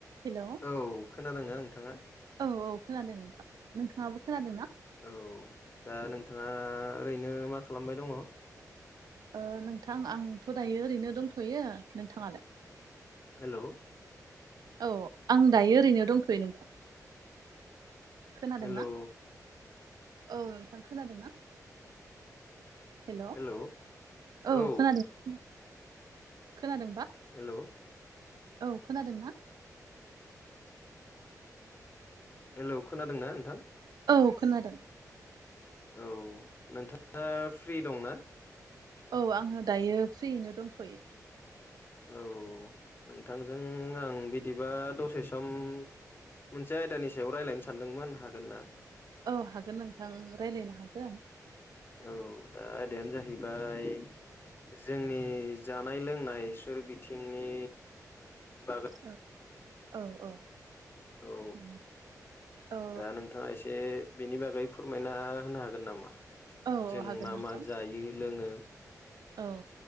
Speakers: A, on the right (about 80°); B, on the left (about 35°).
A: हेल'
B: औ खोनादोंना नोंथाङा?
A: औ औ खोनादों नोंथां। नोंथाङाबो खोनादों ना?
B: औ दा नोंथाङा ओरैनो मा खालामबाय दङ?
A: ओ नोंथां आंथ' दायो ओरैनो दंथ'यो नोंथाङालाय?
B: हेल'
A: औ आं दायो ओरैनो दंथ'यो नोंथां। खोनादों
B: हेलौ
A: ना औ नोंथां खोनादों ना? हेल' औ
B: हेलौ औ
A: खोनादों ओ खोनादोंबा?
B: हेल'
A: औ खोनादों ना?
B: हेलौ खोनादोंना नोंथां?
A: औ खोनादों।
B: औ नोंथाङा फ्रि दंना?
A: औ आङो दायो फ्रियैनो दंथ'यो।
B: औ नोंथांजों आं बिदिबा दसे सम मोनसे आयदानि सायाव रायलायनो सानदोंमोन हागोन ना?
A: औ हागोन नोंथां रायलायनो हागोन।
B: औ दा आयदायानो जाहैबाय जोंनि जानाय लोंनाय सुर बिथिंनि बागै
A: औ औ औ
B: औ
A: उम औ
B: दा नोंथाङा एसे बेनि बागै फोरमायना होनो हागोन नामा?
A: औ
B: जों
A: हागोन
B: मा
A: नोंथां
B: मा जायो लोङो?
A: औ